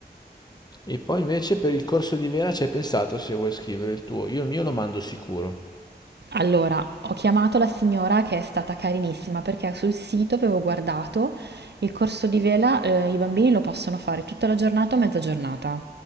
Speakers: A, on the left; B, on the right.
A: E poi invece per il corso di Vera ci hai pensato se vuoi scrivere il tuo. Io il mio lo mando sicuro.
B: Allora, ho chiamato la signora che è stata carinissima perché sul sito avevo guardato il corso di vela, eh, i bambini lo possono fare tutta la giornata o mezza giornata.